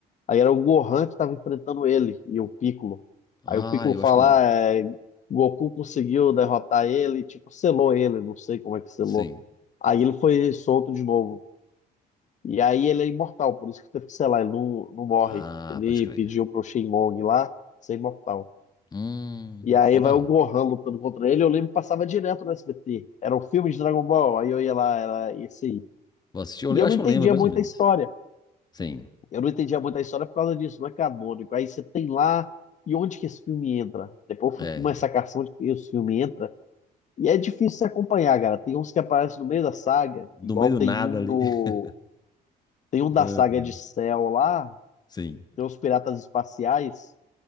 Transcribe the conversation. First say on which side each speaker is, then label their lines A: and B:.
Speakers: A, on the left; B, on the left.
A: Aí era o Gohan que estava enfrentando ele e o Piccolo.
B: Ah,
A: Aí o Piccolo
B: eu
A: fala,
B: acho que eu lembro.
A: ah, é, Goku conseguiu derrotar ele, tipo, selou ele, não sei como é que selou.
B: Sim.
A: Aí ele foi solto de novo. E aí ele é imortal, por isso que teve que selar, ele não, não morre.
B: Ah,
A: Ele
B: pode crer.
A: pediu pro Shenlong lá ser imortal.
B: Hum,
A: E aí
B: vai
A: vai
B: dar ruim.
A: o Gohan lutando contra ele, eu lembro que passava direto no SBT. Era um filme de Dragon Ball, aí eu ia lá, era esse aí.
B: Vou assistir, eu
A: E
B: le-
A: eu
B: acho
A: não entendia
B: que eu lembro mais
A: muito
B: ou menos.
A: a história.
B: Sim,
A: Eu não entendia muito a história por causa disso, não é canônico. Aí você tem lá, e onde que esse filme entra? Depois eu
B: é.
A: fui com uma sacação de que esse filme entra. E é difícil se acompanhar, cara. Tem uns que aparecem no meio da saga,
B: Do
A: igual
B: meio do
A: tem
B: nada
A: um
B: ali.
A: do.
B: <laughs>
A: Tem um da
B: Ah,
A: saga
B: meu.
A: de Cell lá,
B: Sim.
A: tem os piratas espaciais,